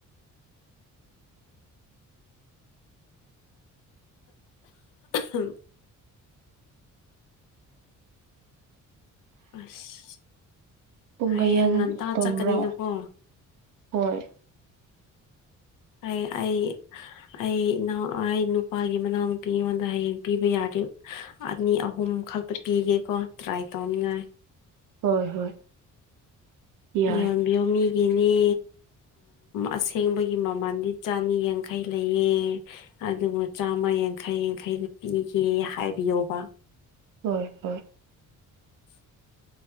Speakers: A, on the left; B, on the right.
A: ꯎ ꯑꯁ
B: ꯄꯨꯡ
A: ꯍꯌꯦꯡ
B: ꯀꯌꯥꯗ
A: ꯉꯟꯇꯥ
B: ꯇꯨꯝꯕ꯭ꯔꯥ
A: ꯆꯠꯀꯅꯤꯅꯀꯣ
B: ꯍꯣꯏ
A: ꯑꯩ ꯑꯩ ꯑꯩ ꯏꯎ ꯑꯩ ꯅꯨꯄꯥꯒꯤ ꯃꯅꯥꯎ ꯅꯨꯨꯄꯤ ꯑꯩꯉꯣꯟꯗ ꯍꯌꯦꯡ ꯄꯤꯕ ꯌꯥꯔꯤ ꯑꯅꯤ ꯑꯍꯨꯝ ꯈꯛꯇ ꯄꯤꯒꯦꯀꯣ ꯇ꯭ꯔꯥꯏ ꯇꯧꯅꯤꯡꯉꯥꯏ
B: ꯍꯣꯏ ꯍꯣꯏ ꯌꯥꯏ
A: ꯌꯣꯟ ꯌꯣꯃꯤ ꯒꯤꯅꯦ ꯑꯁꯦꯡꯕꯒꯤ ꯃꯃꯜꯗꯤ ꯆꯅꯤ ꯌꯥꯡꯈꯩ ꯂꯩꯑ ꯑꯗꯨꯕꯨ ꯆꯥꯝꯃ ꯌꯥꯡꯈꯩ ꯌꯥꯡꯈꯩꯗ ꯄꯤꯒꯦ ꯍꯥꯏꯕꯤꯌꯕ
B: ꯍꯣꯏ ꯍꯣꯏ
A: <inaudible>